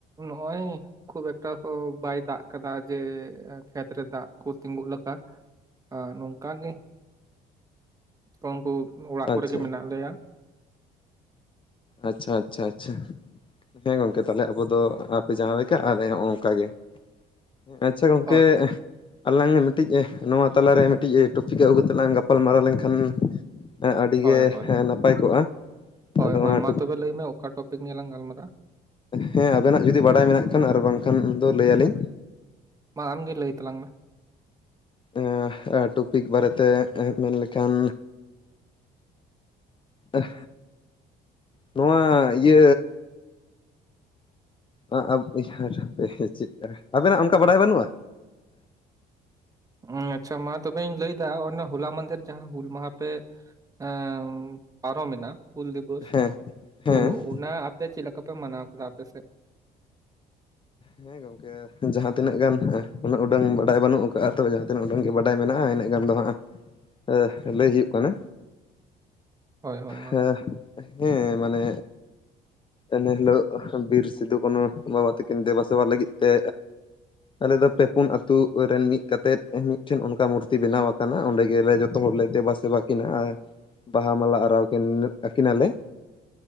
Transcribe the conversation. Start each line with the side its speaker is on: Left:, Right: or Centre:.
Right: ᱱᱚᱜᱼᱚᱭ ᱠᱷᱩᱵ ᱮᱠᱴᱟ ᱦᱚᱸ ᱵᱟᱭ ᱫᱟᱜ ᱟᱠᱟᱫᱟ ᱡᱮ ᱠᱷᱮᱛᱨᱮ ᱫᱟᱜ ᱠᱚ ᱛᱤᱸᱜᱩᱜ ᱞᱮᱠᱟ ᱟᱨ ᱱᱚᱝᱠᱟ ᱜᱮᱼᱼ ᱠᱚ ᱩᱱᱠᱩ ᱚᱲᱟᱜ ᱠᱚᱨᱮ
Left: ᱟᱪᱪᱷᱟ
Right: ᱜᱮ ᱢᱮᱱᱟᱜ ᱞᱮᱭᱟ
Left: ᱟᱪᱪᱷᱟ ᱟᱪᱪᱷᱟ ᱟᱪᱪᱷᱟ ᱦᱮᱸ ᱜᱚᱝᱠᱮ ᱛᱟᱦᱚᱞᱮ ᱟᱵᱚ ᱫᱚ ᱟᱯᱮ ᱡᱟᱦᱟᱸ ᱞᱮᱠᱟ ᱟᱞᱮ ᱦᱚᱸ ᱚᱱᱠᱟ ᱜᱮ <unintelligible> ᱥᱮ ᱜᱚᱝᱠᱮᱼᱼ
Right: ᱦᱳᱭ
Left: ᱟᱞᱟᱝ ᱢᱤᱫᱴᱤᱡ ᱱᱚᱣᱟ ᱛᱟᱞᱟ ᱨᱮ ᱢᱤᱫᱴᱤᱡ ᱴᱚᱯᱤᱠ ᱟᱹᱜᱩ ᱠᱟᱛᱮ ᱞᱟᱝ ᱜᱟᱯᱟᱞ ᱢᱟᱨᱟᱣ ᱞᱮᱱ ᱠᱷᱟᱱ ᱦᱮᱸ ᱟᱹᱰᱤ
Right: ᱦᱳᱭ
Left: ᱜᱮ
Right: ᱦᱳᱭ
Left: ᱦᱮᱸ
Right: ᱦᱳᱭ
Left: ᱱᱟᱯᱟᱭ ᱠᱚᱜᱼᱟ
Right: ᱦᱳᱭ
Left: ᱟᱫᱚ
Right: ᱦᱳᱭ
Left: ᱚᱱᱟᱼᱼ
Right: ᱢᱟ ᱛᱚᱵᱮ ᱞᱟᱹᱭ ᱢᱮ ᱚᱠᱟ ᱴᱚᱯᱤᱠ ᱱᱤᱭᱟᱹ ᱞᱟᱝ ᱜᱟᱞᱢᱟᱨᱟᱜ-ᱟ
Left: ᱦᱮᱸ ᱟᱵᱮᱱᱟᱜ ᱡᱩᱫᱤ ᱵᱟᱰᱟᱭ ᱢᱮᱱᱟᱜ ᱠᱷᱟᱱ ᱟᱨ ᱵᱟᱝ ᱠᱷᱟᱱ ᱫᱚ ᱞᱟᱹᱭᱟᱞᱤᱧ
Right: ᱢᱟ ᱟᱢ ᱜᱮ ᱞᱟᱹᱭ ᱛᱟᱞᱟᱝ ᱢᱮ
Left: ᱮᱸᱜ ᱴᱚᱯᱤᱠ ᱵᱟᱨᱮᱛᱮ <unintelligible> ᱢᱮᱱ ᱞᱮᱠᱷᱟᱱ ᱮᱜ ᱱᱚᱣᱟ ᱤᱭᱟᱹᱼᱼ <unintelligible> ᱟᱵᱮᱱᱟᱜ ᱚᱱᱠᱟ ᱵᱟᱰᱟᱭ ᱵᱟᱹᱱᱩᱜᱼᱟ
Right: ᱦᱩᱸ ᱟᱪᱪᱷᱟ ᱢᱟ ᱛᱚᱵᱮᱧ ᱞᱟᱹᱭ ᱮᱫᱟ ᱦᱚᱞᱟ ᱢᱟᱫᱮᱨ ᱡᱟᱦᱟᱸ ᱦᱩᱞ ᱢᱟᱦᱟ ᱯᱮᱼᱼ <unintelligible> ᱯᱟᱨᱚᱢ ᱮᱱᱟ ᱦᱩᱞ ᱫᱤᱵᱚᱥ
Left: ᱦᱮᱸ
Right: ᱛᱚ
Left: ᱦᱮᱸ
Right: ᱚᱱᱟ ᱟᱯᱮ ᱪᱮᱫ ᱞᱮᱠᱟ ᱯᱮ ᱢᱟᱱᱟᱣ ᱠᱮᱫᱟ ᱟᱯᱮ ᱥᱮᱫ
Left: ᱦᱮᱸ ᱜᱚᱝᱠᱮ ᱮᱜ ᱡᱟᱦᱟᱸ ᱛᱤᱱᱟᱹᱜ ᱜᱟᱱ ᱩᱱᱟᱹᱜ ᱩᱰᱟᱹᱝ ᱵᱟᱰᱟᱭ ᱵᱟᱹᱱᱩᱜ ᱠᱟᱜᱼᱟ ᱛᱚᱵᱮ ᱡᱟᱦᱟᱸ ᱛᱤᱱᱟᱹᱜ ᱩᱰᱟᱹᱝ ᱜᱮ ᱵᱟᱰᱟᱭ ᱢᱮᱱᱟᱜᱼᱟ ᱤᱱᱟᱹᱜ ᱜᱟᱱ ᱫᱚ ᱦᱟᱸᱜ <unintelligible> ᱞᱟᱹᱭ ᱦᱩᱭᱩᱜ ᱠᱟᱱᱟ
Right: <inaudible> ᱢᱟ
Left: ᱦᱮᱸ ᱦᱮᱸ ᱢᱟᱱᱮ ᱮᱱᱮ ᱦᱤᱞᱳᱜ ᱵᱤᱨ ᱥᱤᱫᱩ ᱠᱟᱱᱩ ᱵᱟᱵᱟ ᱛᱤᱠ ᱠᱤᱱ ᱫᱮᱵᱟ-ᱥᱮᱵᱟ ᱞᱟᱹᱜᱤᱫ ᱛᱮ ᱟᱞᱮ ᱫᱚ ᱯᱮ ᱯᱩᱱ ᱟᱹᱛᱩ ᱨᱮᱱ ᱢᱤᱫ ᱠᱟᱛᱮᱫ ᱢᱤᱫᱴᱷᱮᱱ ᱚᱱᱠᱟ ᱢᱩᱨᱛᱤ ᱵᱮᱱᱟᱣ ᱾ ᱠᱟᱱᱟ ᱚᱸᱰᱮ ᱜᱮᱞᱮ ᱡᱚᱛᱚ ᱦᱚᱲᱞᱮ ᱫᱮᱵᱟ ᱥᱮᱵᱟ ᱠᱤᱱᱟ ᱟᱨ ᱵᱟᱦᱟ ᱢᱟᱞᱟ ᱟᱨᱟᱣ ᱠᱤᱱ ᱟᱹᱠᱤᱱᱟᱞᱮ ᱾